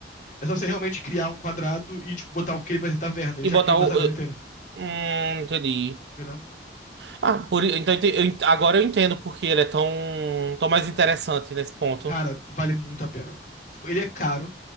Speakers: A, on the left; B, on the right.
A: É só você realmente criar um quadrado e, tipo, botar o que ele vai ser taverna. Ele
B: E
A: já
B: botar
A: cria uma
B: o.
A: taverna
B: eh,
A: inteira,
B: Hum, entendi.
A: entendeu?
B: Ah, por, i- então, ente- eu, ent- agora eu entendo porque ele é tão, tão mais interessante nesse ponto.
A: Cara, vale muito a pena. Tipo, ele é caro,